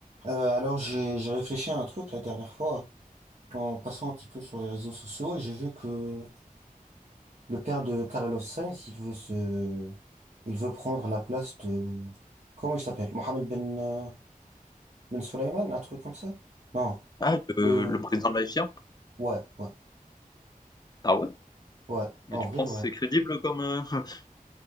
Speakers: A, on the right; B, on the left.
A: Euh, alors j'ai j'ai réfléchi à un truc la dernière fois en passant un petit peu sur les réseaux sociaux et j'ai vu que le père de Carlos Sainz il veut se il veut prendre la place de comment il s'appelle Mohamed Ben euh, Ben Sulayman un truc comme ça? Non
B: Ah, le
A: le
B: le président de la FIA?
A: ouais ouais
B: Ah ouais?
A: ouais
B: Mais
A: en
B: tu
A: vrai
B: penses
A: ouais
B: que c'est crédible comme... euh, <laughs>